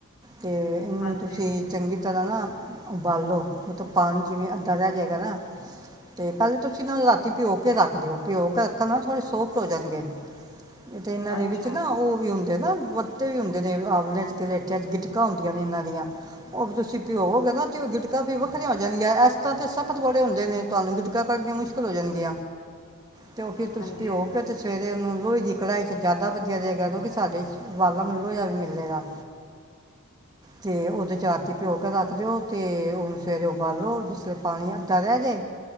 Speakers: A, on the right; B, on the left.
A: ਤੇ
B: ਹਾਂਜੀ-ਹਾਂਜੀ-ਹਾਂਜੀ,
A: ਇਹਨੂੰ ਤੁਸੀਂ ਚੰਗੀ ਜਦੋ ਨਾ ਉਬਾਲੋ ਮਤਲਬ ਪਾਣੀ ਜਿਵੇਂ, ਅੱਧਾ ਰਹਿ ਜਾਏਗਾ ਨਾ ਤੇ ਪਹਿਲੇ ਤੁਸੀਂ ਨਾਲ ਲਾਤੀ ਪਿਓ। ਰੱਖ ਦਿਓ, ਪਿਓ ਕੇ ਰੱਖਣ ਨਾ ਥੋੜੀ ਸੋਫਟ ਹੋ ਜਾਦੀ ਐ। ਤੇ ਇਹਨਾਂ ਦੇ
B: ਅੱਛਾ
A: ਵਿੱਚ ਨਾ ਉਹ ਵੀ ਹੁੰ ਨਾ ਵੱਟੇ ਵੀ ਹੁੰਦੇ ਨੇ, ਆਵਲਿਆਂ ਚ ਕਿ ਰੇਟਿਆਂ ਚ ਗਿਟਕਾਂ ਹੁੰਦੀਆਂ ਨੇ ਇਹਨਾਂ ਦੀਆਂ ਉਹ ਤੁਸੀਂ ਪਿਓ ਔਬੋਗੇ ਨਾ ਤੇ ਗਿਟਕਾ ਪੀਓ ਵਰੀਆਂ ਹੋ ਜਾਂਣਗੀਆਂ, ਇਸ ਤਰ੍ਹਾਂ ਤੇ ਸਖ਼ਤ ਬੜੇ ਹੁੰਦੇ ਨੇ ਤੁਹਾਨੂੰ ਗਿਟਕਾ ਕੱਢੀਆਂ ਮੁਸ਼ਕਿਲ ਹੋ ਜਾਣਗੀਆਂ। ਤੇ, ਉਹ ਫਿਰ
B: ਹਾਂਜੀ-ਹਾਂਜੀ-ਹਾਂਜੀ-ਹਾਂਜੀ,
A: ਤੁਸੀ ਭੀਓ ਕੇ ਤੇ ਸਵੇਰੇ ਉਹਨੂੰ ਲੋਏ ਦੀ ਕੜਾਈ ਚ ਜ਼ਿਆਦਾ ਵਧੀਆ ਰਹੇਗਾ, ਕਿਉਂਕਿ ਸਾਡੇ ਵਾਲਾਂ ਨੂੰ ਲੋਏ ਵੀ ਮਿਲਲੇਗਾ। ਤੇ ਉਹਦੇ ਚ ਰਾਤੀ ਪਿਉ ਕੇ ਰੱਖ ਦਿਓ, ਤੇ ਉਹਨੂੰ ਸਵੇਰੇ ਉਬਾਲੋ ਜਿਸ ਵੇਲੇ ਪਾਣੀ ਅੱਧਾ ਰਹਿ ਜੇ